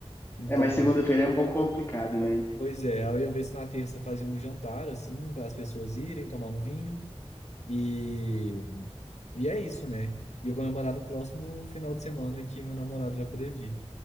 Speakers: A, on the left (about 85°); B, on the left (about 20°).
A: Então,
B: É, mas segunda-feira é um pouco complicado, né?
A: Pois é, eu ia ver se na terça fazia um jantar, assim, para as pessoas irem tomar um vinho. E, e é isso, né? E eu comemorar no próximo final de semana que meu namorado vai poder vir.